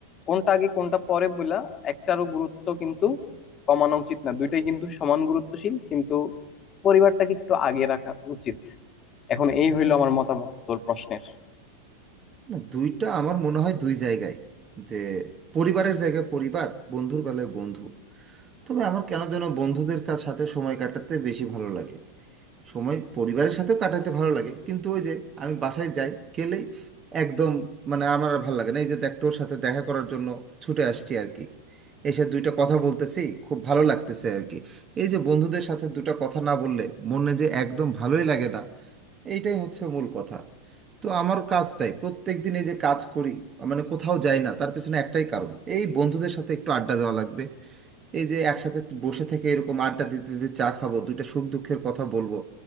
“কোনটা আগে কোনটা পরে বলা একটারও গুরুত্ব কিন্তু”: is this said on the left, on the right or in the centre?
Left